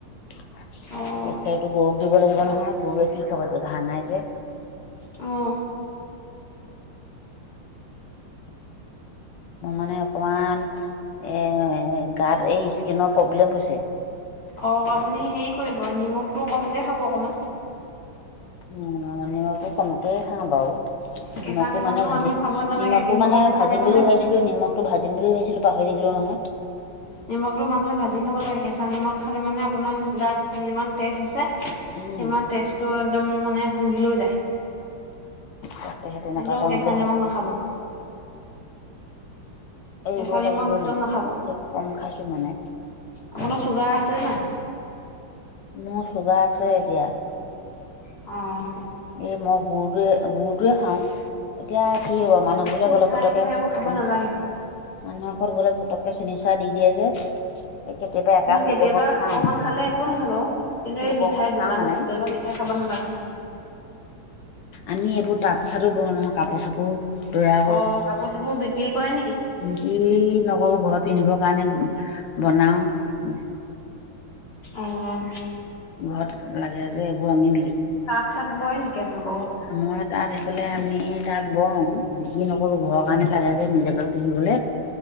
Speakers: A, on the left; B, on the left.
A: তেতিয়াতো
B: অ',
A: গৰু দিব লাগিব নহয় গৰুৱে কি খাব তোৰ ঘাঁহ নাই যে
B: অ'
A: মোৰ মানে অকমান এ গাত এই স্কিনৰ প্ৰব্লেম হৈছে।
B: অ' আপুনি হেৰি কৰিব নিমখটো কমকে খাব অকমান
A: উম, নিমখতো কমকে খাও বাও
B: কেঁচা
A: নিমখটো মানে ভাজিম
B: মানুহে খাব নালাগে,
A: নিমখটো
B: নিমখ
A: মানে
B: খালে
A: ভাজিম
B: মানে
A: বুলি ভাবিছিলো নিমখ তো ভাজিম বুলি ভাবিছিলো পাহৰি থাকিলো নহয়।
B: নিমখটো মানুহে ভাজি খাব লাগে কেঁচা নিমখ খালে মানে আপোনাৰ গাত যিমান তেজ আছে
A: উম
B: সিমান তেজটো একদম মানে শুহিলৈ যায়
A: তাকেহে তেনেকুৱা
B: একদম
A: কৰিম
B: কেঁচা
A: বুলি
B: নিমখ
A: ভাব
B: নাখাব।
A: এৰিব
B: কেঁচা
A: লাগিব
B: নিমখ একদম
A: সেনো এতিয়া
B: নাখাব,
A: কম খাইছো মানে
B: আপোনাৰ চূগাৰ আছেনে নাই?
A: মো চুগাৰ আছে এতিয়া
B: অ'
A: এই মই গুৰটোৱে গুৰটোৱে খাওঁ এতিয়া কি
B: অ',
A: হ'ব মানুহ
B: বেছি
A: ঘৰলে
B: মিঠাই
A: গলে পতককে
B: চিঠাই এইবোৰ
A: চোৱাচুন
B: খাব নালাগে।
A: মানুহ ঘৰত গ'লে পটককে চেনি চাহ দি দিয়ে যে কেতিয়াবা একাপ
B: নহ কেতিয়াবা
A: লোকৰ ঘৰত খাওঁ
B: অকমান খালে একো নহয় বাৰু কিন্তু এই
A: লোকৰ
B: মিঠাইৰ
A: ঘৰত খাওঁ
B: দোকানৰ
A: মানে
B: হোটেলৰ মিঠাই খাব নালাগে
A: আমি এইবোৰ তাঁত চাতো বয়ো নহয় কাপোৰ চাপোৰ তৈয়াৰ
B: অ' কাপোৰ চাপোৰ বিক্ৰী কৰে নেকি?
A: বিকি নকৰো ঘৰত পিন্ধিব কাৰণে বনাও
B: অহ
A: ঘৰত লাগে যে এইবোৰ আমি বি
B: তাত চাট বয় নেকি আপোলোক
A: আমাৰ তাত সেইফালে আমি তাত বওঁ বিক্ৰী নকৰো ঘৰৰ কাৰণে লাগে যে নিজেকে পিন্ধিবলে।